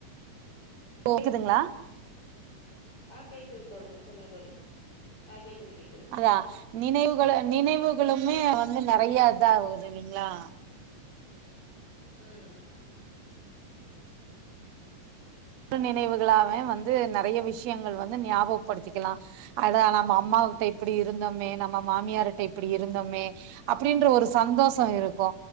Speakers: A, on the right; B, on the left.
A: கேக்குதுங்ளா
B: ஆ கேக்குது தோழு சொல்லுங்க தோழி ஆ கேக்குது கேக்குது
A: தா நினைவுகள நினைவுகளுமே வந்து நெறையா இதா ஆவுது இல்லைங்ளா
B: ம்
A: டு நினைவுகளாவே வந்து நெறைய விஷ்யங்கள் வந்து ஞாபகப்படுத்திக்கலா அதா நம்ம அம்மாவுட்ட இப்டி இருந்தமே நம்ம மாமியாருட்ட இப்டி இருந்தமே அப்டின்ற ஒரு சந்தோஷ
B: ம்.
A: இருக்கு